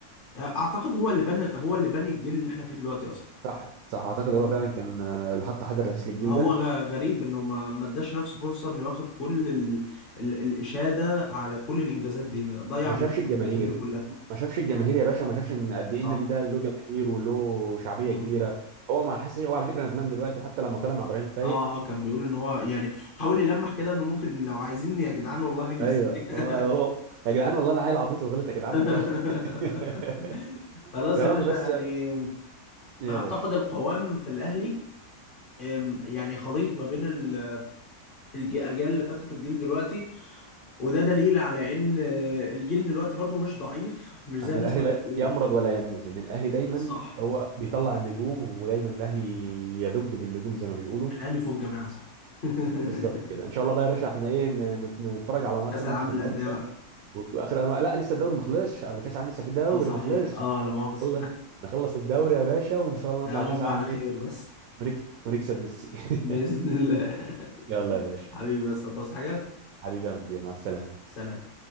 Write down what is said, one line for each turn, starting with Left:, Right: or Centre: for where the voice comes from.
Left: آه، اعتقد هو اللي بنى هو اللي بني الجيل اللي احنا فيه دلوقتي اصلا
Right: صح صح اعتقد
Left: مم.
Right: هو فعلا كان آه، اللي حط حجر الاساس للجيل
Left: هو
Right: ده
Left: غ- غريب انه ما ما اداش نفسه فرصه انه ياخد كل ال... ال... الاشاده على كل الانجازات دي ضيع
Right: ما
Left: من
Right: شافش
Left: نفسه
Right: الجماهير
Left: الانجازات دي كلها
Right: ما شافش الجماهير يا باشا وما شافش ان قد ايه
Left: صح
Right: النادي ده له جماهير وله شعبيه
Left: مم.
Right: كبيره هو ما حسش هو على فكره ندمان دلوقتي حتى لما طلع مع ابراهيم فايق
Left: اه اه كان بيقول ان هو يعني حاول يلمح كده انه ممكن لو عايزيني يا جدعان والله هاجي
Right: ايوه
Left: في ثانيه
Right: هو هو- يا جدعان والله انا عيل عبيط وغلط يا جدعان
Left: <laughs>
Right: والله <laughs>
Left: خلاص
Right: يا
Left: يا
Right: رب
Left: باشا
Right: بس
Left: يعني
Right: يا
Left: اعتقد
Right: باشا
Left: القوام في الاهلي أم، يعني خليط ما بين ال- الج- الاجيال اللي فاتت والجيل دلوقتي وده دليل على ان آه، الجيل دلوقتي برضو مش ضعيف مش زي
Right: ان
Left: الناس
Right: الاهلي
Left: ما
Right: لا
Left: بتقول
Right: يمرض ولا يموت ان الاهلي دايما
Left: صح
Right: هو
Left: يا اسطى.
Right: بيطلع النجوم ودايما الاهلي يدج بالنجوم زي ما بيقولوا
Left: الاهلي فوق الجماعه صح <laughs>
Right: بالظبط كده ان شاء الله بقى يا باشا احنا ايه ن- نت- نتفرج على اخر
Left: كاس العالم
Right: ماتش في الدوري
Left: للانديه
Right: ده
Left: بقى
Right: واخر انواع لا لسه الدوري ما خلصش قبل كاس عام لسه في دوري
Left: اه صحيح
Right: ما خلصش
Left: اه لا مؤاخذه
Right: نخلص نخلص الدوري يا
Left: <laughs>
Right: باشا وان شاء الله نطلع
Left: يا رب
Right: كاس عام
Left: على خير
Right: ايه
Left: بس
Right: ونكسب ونكسب ميسي <laughs>
Left: باذن الله <laughs>
Right: يلا يا باشا
Left: حبيبي يا اسطى تصحى حاجه
Right: حبيبي يا عم كبير مع السلامة
Left: سلام